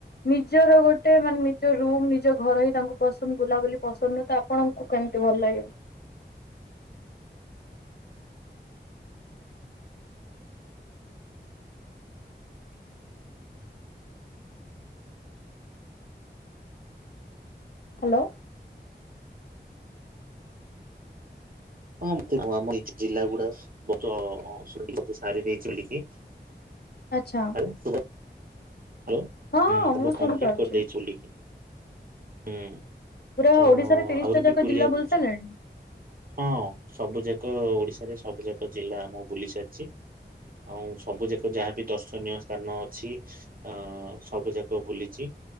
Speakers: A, on the left; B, on the right.
A: ନିଜର ଗୋଟେ ମାନେ ନିଜ ରୁମ୍ ନିଜ ଘର ହିଁ ତାଙ୍କୁ ପସନ୍ଦ ବୁଲାବୁଲି ପସନ୍ଦ ନୁଁ ତା ଆପଣଙ୍କୁ କେମିତି ଭଲ ଲାଗେ? ହ୍ୟାଲୋ।
B: ହଁ ଆଉ ଆମ ଏଇ ଜିଲ୍ଲା ଗୁଡା ବହୁତ ସବୁ ସାରି ଦେଇଚି ବୁଲିକି
A: ଆଚ୍ଛା।
B: <inaudible> ହ୍ୟାଲୋ
A: ହଁ
B: ହୁଁ
A: ହଁ
B: ତ ମୁଁ
A: ଶୁଣିପାରୁଛି
B: କମ୍ପ୍ଲିଟ କରିଦେଇଛି ବୋଲିକି। ହୁଁ
A: ପୁରା
B: ତ
A: ଓଡିଶାରେ ତିରିଶ
B: ଆହୁରି
A: ଟା ଯାକ
B: ବି ବୁଲିଆକୁ
A: ଜିଲ୍ଲା ବୁଲି
B: ଅଛି
A: ସାରିଲେଣି?
B: ହଁ ସବୁ ଯାକ ଓଡିଶାରେ ସବୁ ଯାକ ଜିଲ୍ଲା ମୁଁ ବୁଲି ସାରିଛି। ଆଉ ସବୁଯାକ ଯାହା ବିି ଦର୍ଶନୀୟ ସ୍ଥାନ ଅଛି ଅ ସବୁ ଯାକ ବୁଲିଛି